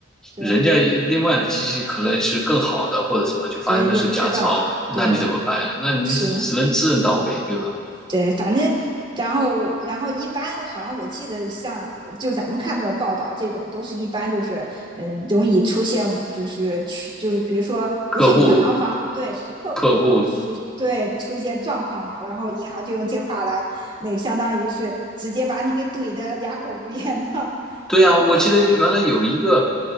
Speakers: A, on the right; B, in the centre.
A: 对
B: 人家另外的机器可能是更好的或者什么，就发现那是假钞，
A: 对，也不知道，
B: 那你怎么办呀？
A: 对，
B: 那你只能自认倒霉，
A: 是。
B: 对吧？
A: 对，反正然后然后一般好像我记得像就咱们看到的报道，这种都是一般就是嗯、呃容易出现就是去就是比如说不是银行方对是客户方出对出现状况嘛，
B: 客户客户
A: 然后银行就用这话来那个相当于是直接把你给怼的哑口无言嘛，
B: 对呀，
A: 然后
B: 我记得原来有一个